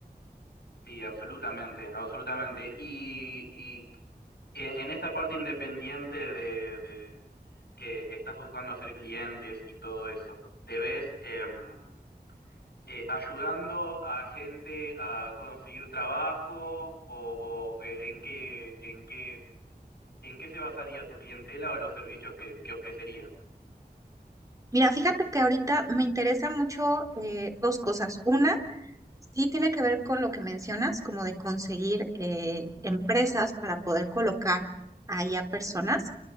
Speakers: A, on the left (about 80°); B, on the right (about 20°).
A: sí, absolutamente, absolutamente. Y, y en en esta parte independiente de, de que estás buscando hacer clientes y todo eso, ¿te ves? em, eh, ayudando a gente a conseguir trabajo o, o, eh, en qué, en qué, en qué se basaría tu clientela o los servicios que, que ofrecerías.
B: Mira, fíjate que ahorita me interesa mucho eh, dos cosas. Una, sí tiene que ver con lo que mencionas, como de conseguir eh, empresas para poder colocar ahí a personas.